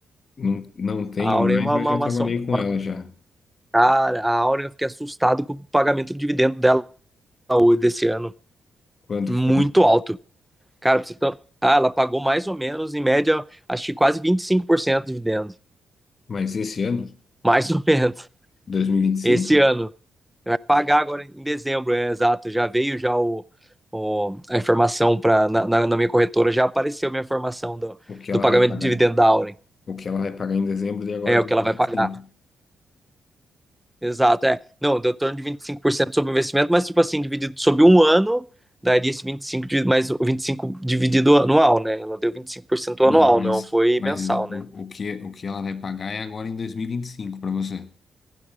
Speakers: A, on the left (about 50°); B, in the centre.
A: não, não tenho
B: A Auren
A: mais,
B: é uma,
A: mas
B: uma,
A: já
B: uma
A: trabalhei
B: ação.
A: com
B: uma-
A: ela já.
B: Cara, a Auren eu fiquei assustado com o pagamento do dividendo dela hoje desse ano.
A: Quanto
B: Muito
A: que foi?
B: alto. Cara, pra você ter- ah, ela pagou mais ou menos, em média, acho que quase 25% de dividendo.
A: Mas esse ano,
B: Mais ou menos.
A: 2025,
B: Esse ano. Vai pagar agora em dezembro, é exato. Já veio já o, o- a informação para na, na- na minha corretora, já apareceu a minha informação do,
A: o que ela
B: do pagamento
A: vai pagar?
B: de dividendo da Auren.
A: O que ela vai pagar em dezembro de agora,
B: É
A: 2025.
B: o que ela vai pagar. Exato, é. Não, deu torno de 25% sobre o investimento, mas tipo assim, dividido sobre um ano, daria esse 25 de, mais o 25 dividido anual, né? Ela deu 25%
A: Não,
B: anual,
A: mas,
B: não foi
A: mas
B: mensal, né?
A: o, o que, o que ela vai pagar é agora em dois mil e e vinte e cinco para você,